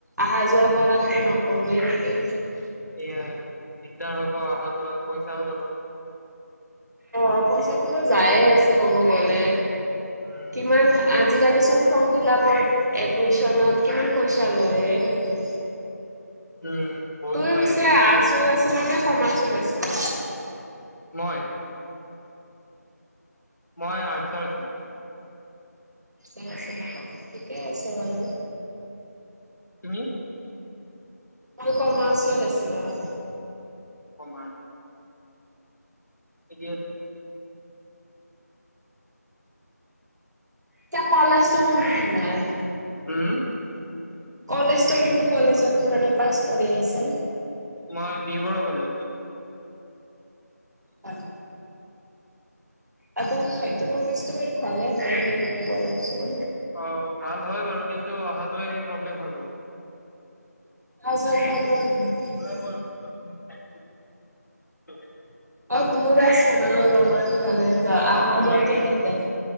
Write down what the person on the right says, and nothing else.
অহা যোৱা কৰাতক নকৰে নেকি
অ', পইচাটোতো যায়ে আছে ক'ব গ'লে
কিমান আজিকালি চোন ফৰ্ম ফিল আপত এডমিশনত কিমান পইচা লয়ে থাকে।
তোৰ
পিছে
আৰ্টছত আছিল নে কমাৰ্চত আছিল?
<unintelligible> ঠিকে আছে বাৰু।
মই কমাৰ্চৰ আছিলোঁ আৰু।
এতিয়া কলেজটো বন্ধ তোমাৰ।
কলেজতটো কোনটো কলেজত মানে পাছ কৰি আহিছা?
হয়। <unintelligible> ভালে হয় বি বৰুৱা কলেজটো।
অহা যোৱা
প্ৰব্লেম নহয়। অ', ‌ দূৰ আছে ন অলপমান ফালে যা-অহা
যোৱাতে
দিগদাৰ